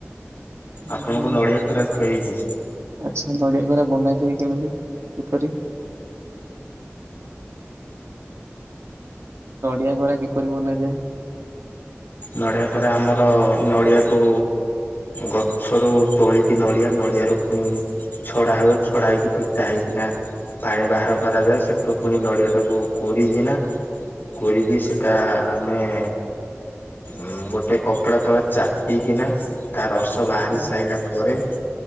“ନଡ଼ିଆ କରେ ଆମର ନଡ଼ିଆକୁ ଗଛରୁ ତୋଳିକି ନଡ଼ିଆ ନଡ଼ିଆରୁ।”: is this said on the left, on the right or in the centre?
Left